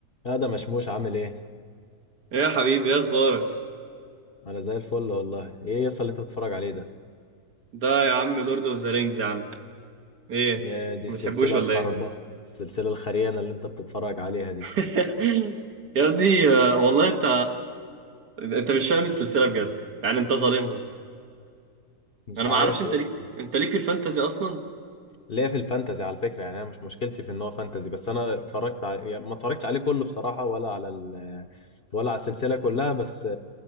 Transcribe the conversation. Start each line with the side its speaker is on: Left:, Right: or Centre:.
Left: لا ده مشموش عامل ايه
Right: ايه يا حبيبي ايه اخبارك
Left: انا زي الفل والله ايه يصل اللي انت بتتفرج عليه ده
Right: ده يا عم لورد اوف ذا رينجز يا عم ايه
Left: يا دي
Right: ما
Left: السلسله
Right: بتحبوش ولا
Left: الخربه
Right: ايه
Left: السلسله الخريانه اللي انت بتتفرج عليها دي
Right: <laughs> يا ابني آه، والله انت انت مش فاهم السلسله بجد يعني انت ظالمها
Left: مش
Right: انا ما
Left: عارف
Right: اعرفش انت
Left: يصل
Right: ليك انت ليك في الفانتازي اصلا
Left: ليا في الفانتزي على فكره يعني انا مش مشكلتي في ان هو فانتزي بس انا اتفرجت على... يعني ما اتفرجتش عليه كله بصراحه ولا على ال... ولا على السلسله كلها بس